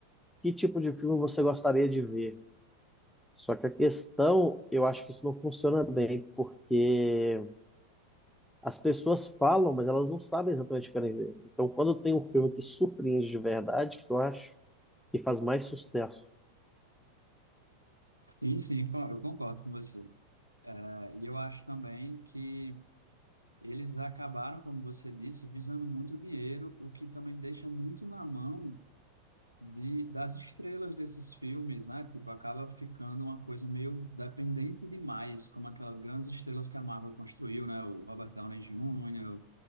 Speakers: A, in the centre; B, on the right (about 85°).
A: Que tipo de filme você gostaria de ver? Só que a questão, eu acho que isso não funciona bem, porque as pessoas falam, mas elas não sabem exatamente o que querem ver. Então, quando tem um filme que surpreende de verdade, que eu acho que faz mais sucesso.
B: Sim, sim, co- eu concordo com você. É, E eu acho também que eles acabaram, como você disse, visando muito dinheiro, o que também deixa muito na mão de, das estrelas desses filmes, né? Tipo, acaba ficando uma coisa meio dependente demais, como aquelas grandes estrelas que a Marvel construiu, né? O Robert Downey Jr.,